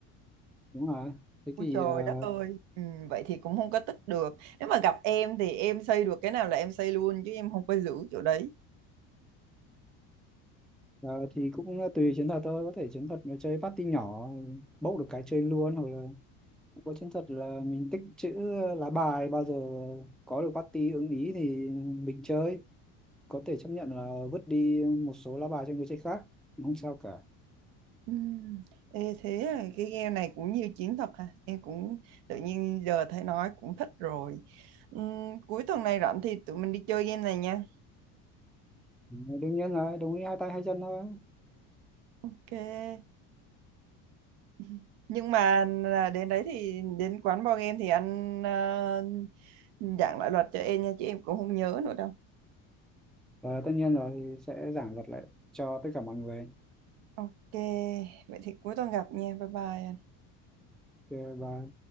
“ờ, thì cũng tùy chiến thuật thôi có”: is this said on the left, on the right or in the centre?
Centre